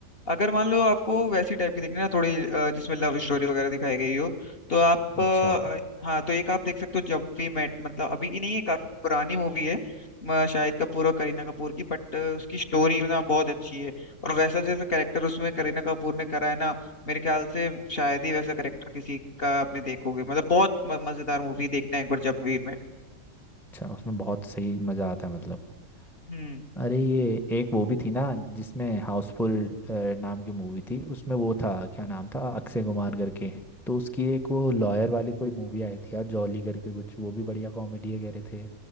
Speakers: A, on the left; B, in the centre.
A: अगर मान लो आपको वैसी टाइप की देखनी है ना थोड़ी अ, जिसमें लव स्टोरी वगैरह दिखाई गई हो तो आप अ,
B: अच्छा
A: हाँ तो एक आप देख सकते हो जब वी मेट मतलब अभी की नहीं है काफी पुरानी मूवी है म, शाहिद कपूर और करीना कपूर की बट उसकी स्टोरी ना बहुत अच्छी है और वैसा जैसा करेक्टर उसमें करीना कपूर ने करा है ना मेरे ख्याल से शायद ही वैसा करेक्टर किसी का आपने देखोगे मतलब बहुत म- मजेदार मूवी देखना एक बार जब वी मेट
B: अच्छा उसमें बहुत सही मज़ा आता है मतलब
A: हम्म
B: अरे ये एक वो भी थी ना जिसमें हाउसफुल नाम की मूवी थी उसमें वो था क्या नाम था अक्षय कुमार करके तो उसकी एक वो लॉयर वाली कोई मूवी आई थी यार जॉली करके कुछ वो भी बढ़िया कॉमेडी है कह रहे थे